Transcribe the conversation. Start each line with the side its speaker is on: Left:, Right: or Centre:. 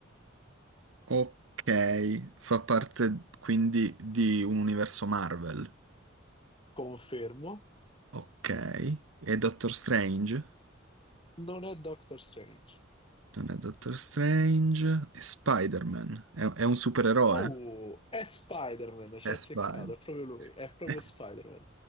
Right: Ok, fa parte quindi di un universo Marvel.
Left: Confermo,
Right: Ok, e Doctor Strange?
Left: non è Doctor Strange.
Right: Non è Doctor Strange, è Spider-Man. È, è un supereroe?
Left: Oh, è Spider-Man, ci
Right: È
Left: ha
Right: Spider.
Left: azzeccato, è proprio lui, è proprio
Right: <laughs>
Left: Spider-Man.